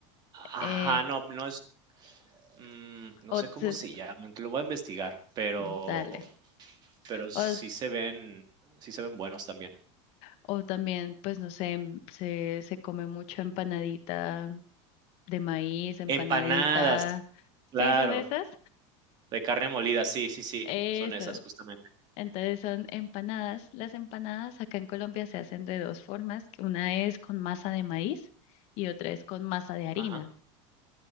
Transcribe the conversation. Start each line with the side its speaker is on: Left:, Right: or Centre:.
Right: ajá,
Left: Eh,
Right: no, no es, mm, no
Left: o
Right: sé cómo
Left: se-
Right: se llaman, te lo voy a investigar, pero
Left: dale.
Right: pero sí
Left: O,
Right: se ven sí se ven buenos también.
Left: o también, pues no sé, em, se, se come mucho empanadita de maíz, empanadita.
Right: Empanadas, claro,
Left: ¿Sí son esas?
Right: de carne molida, sí, sí, sí,
Left: Eso.
Right: son esas justamente.
Left: Entonces son empanadas. Las empanadas acá en Colombia se hacen de dos formas. Una es con masa de maíz y otra es con masa de harina.
Right: Ajá,